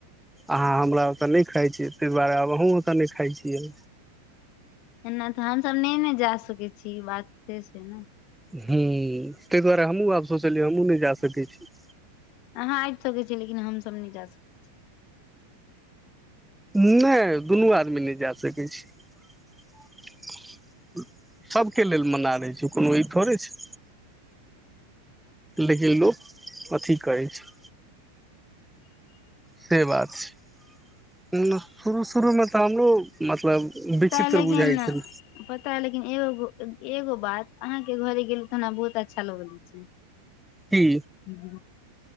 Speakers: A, in the centre; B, on the left.
A: अहाँ हमरा ओतऽ नहि खाइ छी तैहि दुआरे आब अहूँ ओतऽ नहि खाइ छियै
B: एना तहन सब नहि ने जा सकै छी ई बात से छै न
A: हूँ तैहि दुआरे हमहूँ आब सोचलियै हमहूँ नहि जा सकै छी
B: अहाँ आबि सकै छियै लेकिन हमसभ नहि जा सकै छी
A: नहि दुनू आदमी नहि जा सकै छी सभके लेल मना रहै छै कोनो ई थोड़े छै लेकिन लोक अथी करै छै से बात छै न शुरू शुरूमे तऽ हमरो मतलब
B: पता
A: विचित्र
B: है लेकिन
A: बुझाइ छल
B: पता है लेकिन एगो एगो बात अहाँ के घरे गेलू तऽ हमरा बहुत अच्छा लगल छै
A: की
B: हूँ